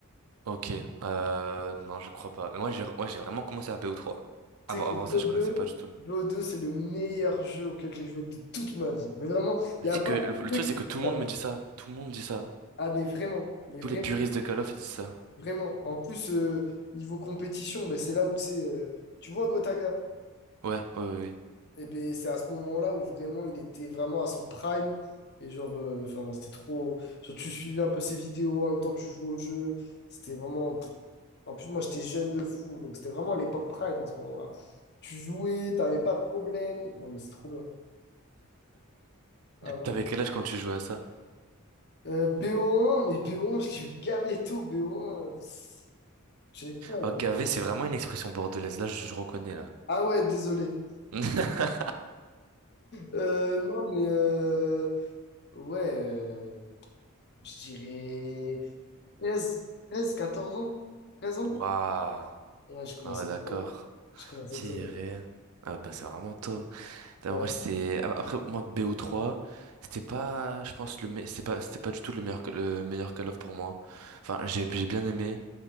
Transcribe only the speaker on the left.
Tu
sais que
BO2,
bo deux
B O deux, c'est le meilleur jeu auquel j'ai joué de toute ma vie. Mais vraiment,
il n'y
a
pas
un
jeu
qui
s'égalent.
Ah, mais vraiment, mais
vraiment,
vraiment. En plus, euh, niveau compétition, ben, c'est là où tu sais, euh, tu vois Gotaga.
Et ben c'est à ce moment-là où vraiment il était vraiment à son prime. Et genre, euh, enfin, c'était trop. Genre, tu suivais un peu ses vidéos, en même temps tu jouais au jeu. C'était vraiment. En plus, moi j'étais jeune de fou, donc c'était vraiment l'époque prime à ce moment-là. Tu jouais, t'avais pas de problème. Non, mais c'est trop bien. Ah, vraiment.
Euh, BO1, mais BO1, je l'ai eu gavé tôt, BO1. euh, pff, j'ai pas.
j'ai-
Ah ouais, désolé.
Euh, non, mais euh, ouais, euh, je dirais. treize treize quatorze ans? treize ans?
Ouais, j'ai commencé
tôt. J'ai commencé
tôt. ouais.
Ouais,